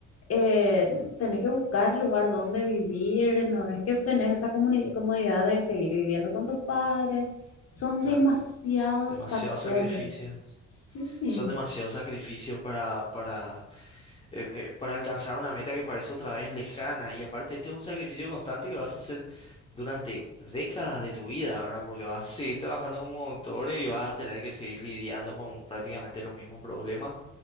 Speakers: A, on the left (about 50°); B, on the left (about 20°).
A: eh, tenés que buscar lugar donde vivir, no es que tenés esa comuni- comodidad de seguir viviendo con tus padres, son
B: claro.
A: demasiados
B: demasiados
A: factores.
B: sacrificios
A: Sí, sí,
B: Son demasiados sacrificios para, para, eh, eh, para alcanzar una meta que parece otra vez lejana. Y aparte, este es un sacrificio constante que vas a hacer durante décadas de tu vida, ¿verdad? Porque vas a seguir trabajando como doctor y vas a tener que seguir lidiando con prácticamente los mismos problemas,